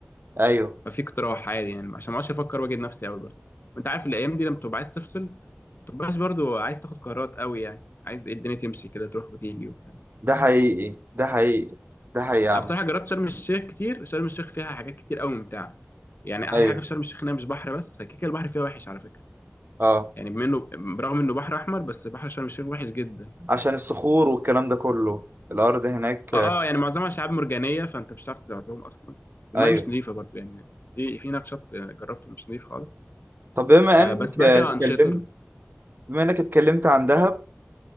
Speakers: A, on the right; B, on the left.
A: أيوه
B: ففي اقتراح عادي يعني عشان ما اقعدش افكر واجد نفسي قوي برضه وانت عارف الايام دي لما تبقى عايز تفصل ما تبقاش برضه عايز تاخد قرارات قوي يعني عايز إيه الدنيا تمشي كده تروح وتيجي وبتاع
A: ده حقيقي ده حقيقي ده حقيقي يا عم
B: أنا بصراحة جربت شرم الشيخ كتير شرم الشيخ فيها حاجات كتير قوي ممتعة يعني أحلى
A: أيوه
B: حاجة في شرم الشيخ إنها مش بحر بس كده كده البحر فيها وحش على فكرة
A: اه
B: يعني بما إنه برغم إنه بحر أحمر بس بحر شرم الشيخ وحش جدا
A: عشان الصخور والكلام ده كله الأرض هناك
B: أه يعني معظمها شعاب مرجانية فأنت مش هتعرف تلعبهم أصلا والمية
A: أيوه
B: مش نظيفة برضو يعني في في هناك شط آه، جربته مش نظيف خالص
A: طب بما
B: آه
A: إنك
B: بس بقى
A: اتكلمت
B: فيها أنشطة
A: بما إنك اتكلمت عن دهب